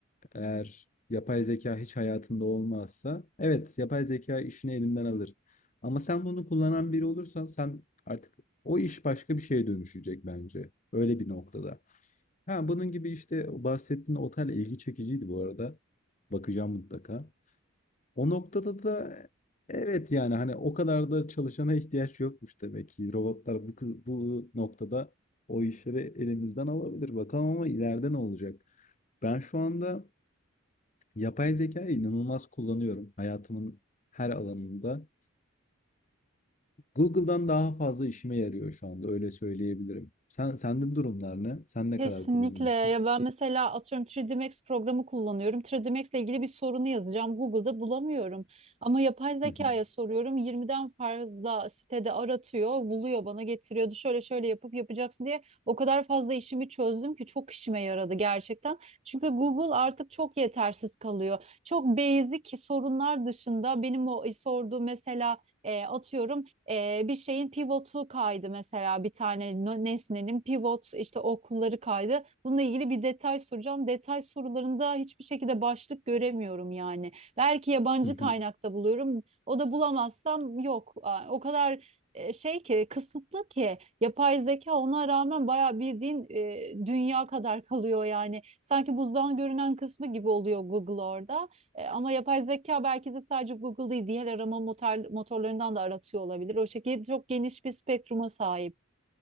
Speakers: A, on the left; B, on the right.
A: eğer yapay zeka hiç hayatında olmazsa, evet yapay zeka işini elinden alır. Ama sen bunu kullanan biri olursan sen artık o iş başka bir şeye dönüşecek bence. Öyle bir noktada. Ha, bunun gibi işte bahsettiğin otel ilgi çekiciydi bu arada. Bakacağım mutlaka. O noktada da evet yani hani o kadar da çalışana ihtiyaç yokmuş demek ki. Robotlar bu, kı- bu noktada o işleri elimizden alabilir. Bakalım ama ileride ne olacak? Ben şu anda yapay zekayı inanılmaz kullanıyorum hayatımın her alanında. Google'dan daha fazla işime yarıyor şu anda öyle söyleyebilirim. Sen sende durumlar ne? Sen ne
B: Kesinlikle.
A: kadar kullanıyorsun?
B: Ya ben mesela atıyorum 3D Max programı kullanıyorum. 3D Max ile ilgili bir sorunu yazacağım. Google'da bulamıyorum. Ama yapay zekaya
A: Hı hı.
B: soruyorum. 20'den fazla sitede aratıyor, buluyor bana getiriyordu. Şöyle şöyle yapıp yapacaksın diye o kadar fazla işimi çözdüm ki çok işime yaradı gerçekten. Çünkü Google artık çok yetersiz kalıyor. Çok basic sorunlar dışında benim o sorduğu mesela e, atıyorum ee, bir şeyin pivotu kaydı mesela bir tane no- nesnenin pivot işte okulları kaydı. Bununla ilgili bir detay soracağım. Detay sorularında hiçbir şekilde başlık göremiyorum yani. Belki yabancı
A: Hı hı.
B: kaynakta buluyorum. O da bulamazsam yok. Aa, O kadar e, şey ki kısıtlı ki yapay zeka ona rağmen bayağı bildiğin e, dünya kadar kalıyor yani. Sanki buzdan görünen kısmı gibi oluyor Google orada. E, ama yapay zeka belki de sadece Google değil diğer arama motor, motorlarından da aratıyor olabilir. O şekilde çok geniş bir spektruma sahip